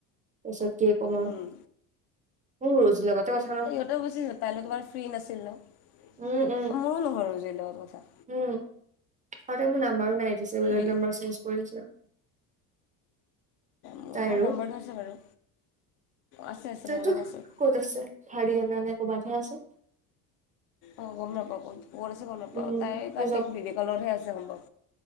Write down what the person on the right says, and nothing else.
তাৰপিছত কি কমা মোৰ
ৰৌজিলে পতাপত-
উম, উম,
উম আৰু তাই মোৰ নাম্বাৰো নাইজ পিছে বেলেগ
নাম্বাৰ চেঞ্জ কৰি দিছা
তাই
আৰু।
তাইতো
ক'ত আছে হাৰিয়ানা নে কবাতহে আছে।
উম
জব